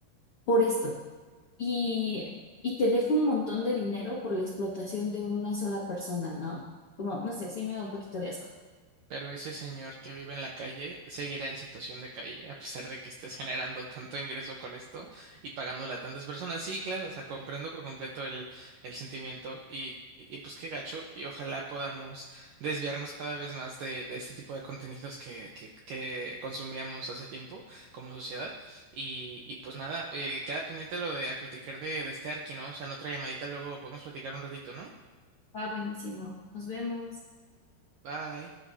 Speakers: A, on the left; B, on the right.
A: por esto y, y te deja un montón de dinero por la explotación de una sola persona, ¿no? Como, no sé, sí me da un poquito de asco.
B: Pero ese señor que vive en la calle seguirá en situación de calle, a pesar de que estés generando tanto ingreso con esto y pagándole a tantas personas. Sí, claro, o sea, comprendo por completo el, el sentimiento y, y pues qué gacho. Y ojalá podamos desviarnos cada vez más de, de este tipo de contenidos que, que, que consumíamos hace tiempo como sociedad. Y, y pues nada, eh, queda pendiente lo de platicar de, de este Arki, ¿no? O sea, en otra llamadita luego podemos platicar un ratito, ¿no?
A: Va buenísimo. Nos vemos.
B: Bye.